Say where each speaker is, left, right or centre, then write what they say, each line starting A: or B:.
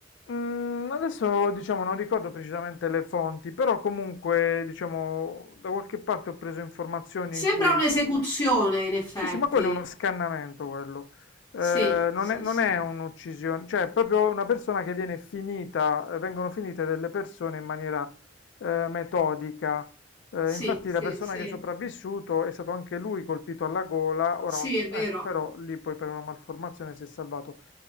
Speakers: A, on the left; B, on the left.
A: Mm, adesso diciamo non ricordo precisamente le fonti, però comunque diciamo da qualche parte ho preso informazioni
B: Sembra
A: in cui...
B: un'esecuzione, in effetti.
A: Sì, sì, ma quello è uno scannamento, quello. Eh,
B: Sì,
A: non
B: sì,
A: è, non
B: sì.
A: è un'uccisione, cioè è proprio una persona che viene finita, eh, vengono finite delle persone in maniera eh, metodica. Eh,
B: Sì,
A: infatti
B: sì,
A: la persona
B: sì.
A: che è sopravvissuto è stato anche lui colpito alla gola, ora
B: Sì,
A: non so-
B: è vero,
A: ecco, però lì poi per una malformazione si è salvato.